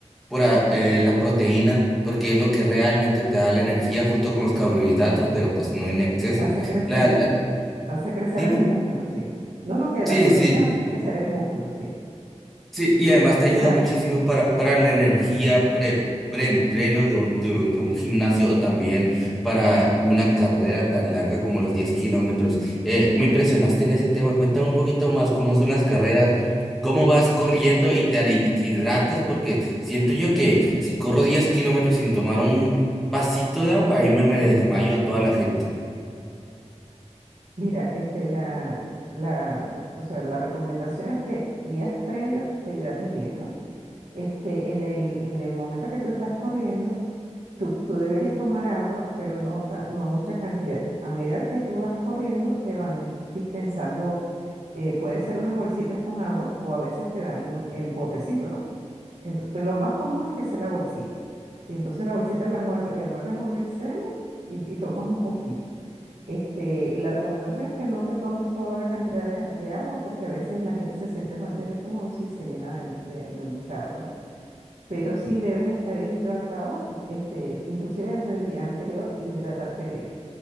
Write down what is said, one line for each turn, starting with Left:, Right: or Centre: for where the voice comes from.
Centre: pura, eh, la proteína, porque es lo que realmente te da la energía junto con los carbohidratos, pero pues no en exceso.
Right: Hace crecer,
Centre: La, la,
Right: hace crecer
Centre: dime.
Right: el músculo, sí. No, no, que la
Centre: Sí,
Right: proteína
Centre: sí.
Right: hace crecer el músculo, sí.
Centre: Sí, y además te
Right: Exacto.
Centre: ayuda muchísimo para, para la energía pre, preentreno de un, de, de un gimnasio o también para una carrera tan larga como los 10 kilómetros. Eh, me impresionaste en ese tema. Cuéntame un poquito más cómo son las carreras, cómo vas corriendo y te, hari- y te hidratas, porque siento yo que si corro 10 kilómetros sin tomar un vasito de agua, ahí me, me desmayo a toda la gente.
Right: Mira, este, la, la, o sea, la recomendación es que días previos te hidrates bien, ¿no? Este, en el, en el momento que tú estás corriendo, tú, tú deberías tomar agua, pero no, ta- no mucha cantidad. A medida que tú vas corriendo, te van dispensando, eh, puede ser unas bolsitas con agua o a veces te dan el botecito, ¿no? Ento- pues lo más común es que sea la bolsita. Y entonces la bolsita la muerde, le muerdes un extremo y, y tomas un poquito. Este, la recomendación es que no te tomes toda la cantidad de, a- de agua porque a veces la gente se siente mal del estómago si se llena de, mu- de- de mucha agua, ¿no? Pero sí debes estar hidratado, este, inclusive desde el día anterior, hidratarte bien.